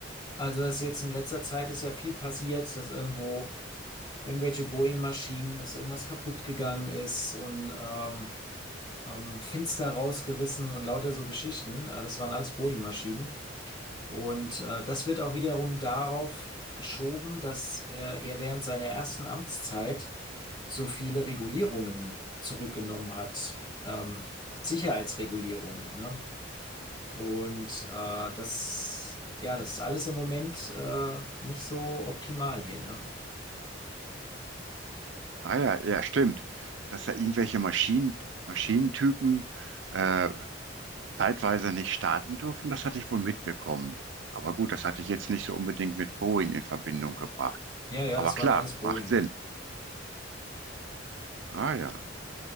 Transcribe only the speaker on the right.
Ah ja, ja, stimmt. Dass da irgendwelche Maschinen, Maschinentypen äh, zeitweise nicht starten durften, das hatte ich wohl mitbekommen. Aber gut, das hatte ich jetzt nicht so unbedingt mit Boeing in Verbindung gebracht.
Aber
klar,
macht Sinn. Ah ja.